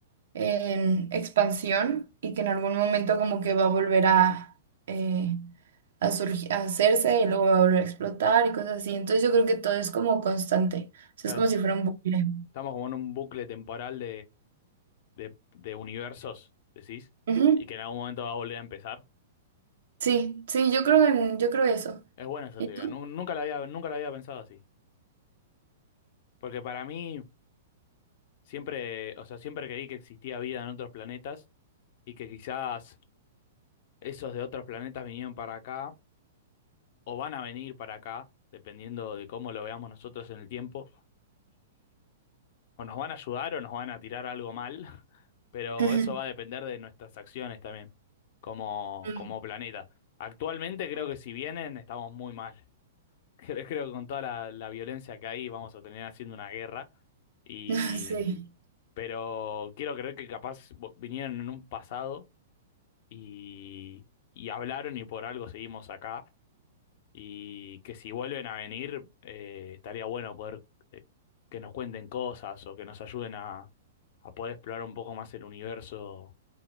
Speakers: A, on the right (about 70°); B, on the left (about 55°).
A: en expansión y que en algún momento como que va a volver a, eh, a surgi- a hacerse y luego va a volver a explotar y cosas así. Entonces yo creo que todo es como constante. O sea,
B: Claro,
A: es como
B: est-
A: si fuera un bucle.
B: estamos como en un bucle temporal de, de universos, decís,
A: Ujú.
B: y que en algún momento va a volver a empezar.
A: Sí, sí, yo creo en, yo creo eso.
B: Es buena esa
A: ¿Y
B: teoría,
A: tú?
B: nu- nunca la había, nunca la había pensado así. Porque para mí siempre, o sea, siempre creí que existía vida en otros planetas y que quizás esos de otros planetas vinieron para acá o van a venir para acá, dependiendo de cómo lo veamos nosotros en el tiempo. o nos van a ayudar o nos van a tirar algo mal, <laughs> pero
A: <laughs>
B: eso va a depender de nuestras acciones también, como,
A: Mm,
B: como planeta. Actualmente creo que si vienen estamos muy mal. <laughs> Creo, creo que con toda la, la violencia que hay vamos a tener haciendo una guerra. Y,
A: <laughs> Sí,
B: pero quiero creer que capaz vo- vinieron en un pasado y, y hablaron y por algo seguimos acá y que si vuelven a venir, eh, estaría bueno poder eh, que nos cuenten cosas o que nos ayuden a, a poder explorar un poco más el universo